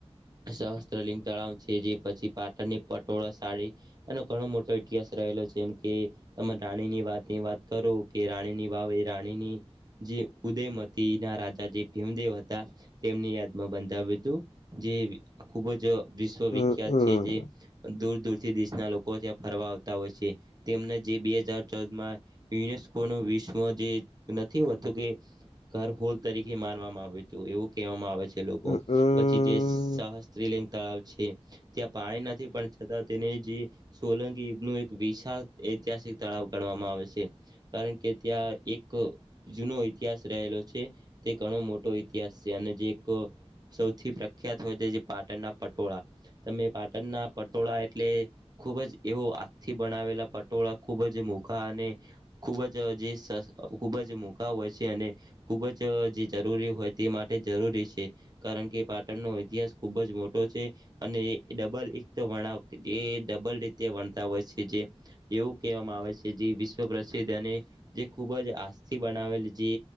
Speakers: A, on the right (about 35°); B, on the left (about 80°).
A: સહસ્ત્રલિંગ તળાવ છે જે પછી પાટણની પટોળા સાડી એનો ઘણો મોટો ઇતિહાસ રહેલો જેમ કે તમે રાણી ની વાતની વાત કરો કે રાણીની વાવે એ રાણીની જે ઉદયમતી ના રાજા જે ભીમદેવ હતા તેમની યાદમાં બંધાવ્યું હતું જે ખુબ જ વિશ્વવખ્યાત
B: હમ હમ
A: દૂર દૂરથી દેશના લોકો ત્યાં ફરવા આવતા હોય છે તેમને જે બે હજાર ચૌદમાં યુનેસ્કોનું વિશ્વ જે નથી હોતું કે. ઘર હોલ તરીકે મારવામાં આવે હતું એવું કહેવામાં આવે છે. લોકો
B: હમ
A: પછી જે સહસ્ત્રીલંગ તળાવ છે. ત્યાં પાણી નથી પણ છતાં તેની જે. સોલંગ યુગ નું એક વિશાળ ઐતિહાસિક તળાવ ગણવામાં આવે છે. કારણ કે ત્યા એક. જૂનો ઇતિહાસ રહેલો છે તે ઘણો મોટો ઈતિહાસ છે અને જે એક. સૌથી પ્રખ્યાત હોય તે પાટણના પટોળા તમે પાટણના પટોળા એટલે. ખુબ જ એવો આથથી બનાવેલા પટોળા ખુબ જ મોઘા અને. ખૂબ જ જે ખૂબ જ મુકા હોય છે અને. ખુબ જ જે જરૂરી હોય તે માટે જરૂરી છે. કારણ કે પાટણનો ઇતિહાસ ખુબ જ મોટો છે. અને ડબલ એક તો વણાવ જે ડબલ રીતે વણતા હોય છે જે. એવું કહેવામાં આવે છે જે વિશ્વ પ્રસિદ્ધ અને જે ખૂબ જ આસ્થથી બનાવેલ જે.